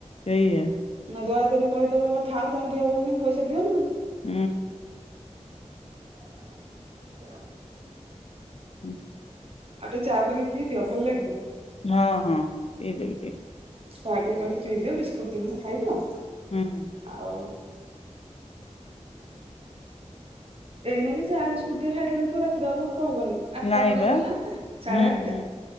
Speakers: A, on the left; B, on the right.
A: ସେଇଆ।
B: ନା ଦୟାକରି କହିଦବ ହୁଁ ଉଥା ତମ ଦେହ ଭଲ ନାହିଁ ପଇସା ଦିଅନି ବୋଲି।
A: ହୁଁ।
B: <unintelligible>
A: ହୁଁ।
B: ଆଉ ଟିକେ ଚା କରିକି ପିଇ ଦିଅ ଭଲ ଲାଗିବ।
A: <unintelligible>
B: ଚା ଟିକେ କରିକି ପିଇଦିଅ ବିସ୍କୁଟ ଦି ଖଣ୍ଡ ଖାଇଦିଅ।
A: ହୁଁ।
B: ଆଉ। ଏଇନା ଚା ବିସ୍କୁଟ ଖାଇଦେଲେ ଦେଖିବ ରାତିରେ ଆଉ ଭୋକ ହବନି। ଆଠଟା
A: ନାଇଁ
B: ପରେ
A: ବା
B: ହେଇଗଲାଣି ନା ସାଢେ
A: ହୁଁ
B: ଆଠଟା।
A: ହୁଁ